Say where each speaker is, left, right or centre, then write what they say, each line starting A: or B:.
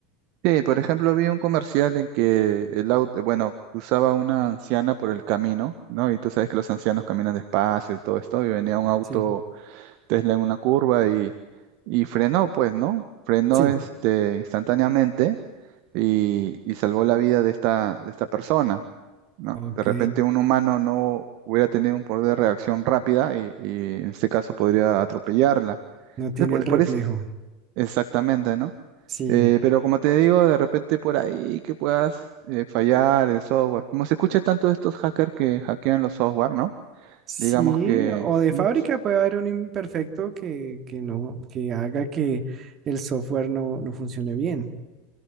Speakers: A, on the right; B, on the right.
A: sí, por ejemplo, vi un comercial en que el auto, bueno, cruzaba una anciana por el camino, ¿no? Y tú sabes que los ancianos caminan despacio y todo esto, y venía un auto
B: Sí,
A: Tesla en una curva y, y frenó, pues, ¿no? Frenó
B: sí,
A: este, instantáneamente y, y salvó la vida de esta, de esta persona, ¿no?
B: ok,
A: De repente un humano no hubiera tenido un poder de reacción rápida y, y en este caso podría atropellarla.
B: no
A: Entonces,
B: tiene
A: por,
B: el reflejo.
A: por es- exactamente, ¿no?
B: Sí,
A: Eh, pero como te digo, de repente por ahí que puedas eh, fallar el software. Como se escucha tanto de estos hackers que hackean los software, ¿no?
B: sí,
A: Digamos que
B: o de
A: mm,
B: fábrica puede haber un imperfecto que, que no, que haga que el software no, no funcione bien.